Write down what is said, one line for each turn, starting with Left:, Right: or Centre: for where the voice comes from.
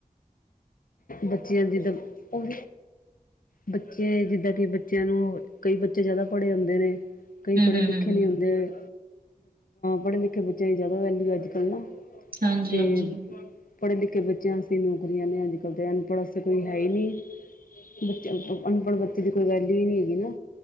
Left: ਬੱਚਿਆਂ ਦੀ ਤਾ ਉਹ ਬੱਚੇ ਜਿੱਦਾਂ ਕਿ ਬੱਚਿਆਂ ਨੂੰ ਕਈ ਬੱਚੇ ਜ਼ਿਆਦਾ ਪੜ੍ਹੇ ਹੁੰਦੇ ਨੇ। ਕਈ
Right: ਹਮ
Left: ਪੜ੍ਹੇ
Right: ਹਮ
Left: ਲਿਖੇ
Right: ਹਮ ਹਮ
Left: ਨਹੀਂ ਹੁੰਦੇ ਪੜ੍ਹੇ ਲਿਖੇ ਬੱਚਿਆਂ ਦੀ ਜ਼ਿਆਦਾ ਵੈਲਿਊ ਅੱਜ ਕੱਲ ਨਾ।
Right: ਹਾਂਜੀ
Left: ਤੇ
Right: ਹਾਂਜੀ
Left: ਪੜ੍ਹੇ ਲਿਖੇ ਬੱਚਿਆਂ ਆਸਤੇ ਨੌਕਰੀਆਂ ਨੇ ਅੱਜ ਦੇ ਅਨਪੜ੍ਹ ਵਾਸਤੇ ਕੋਈ ਹੈ ਹੀ ਨਹੀਂ ਬੱਚੇ ਅਨਪੜ੍ਹ ਬੱਚੇ ਦੀ ਕੋਈ ਵੈਲਯੂ ਹੀ ਨਹੀਂ ਹੈਗੀ ਨਾ।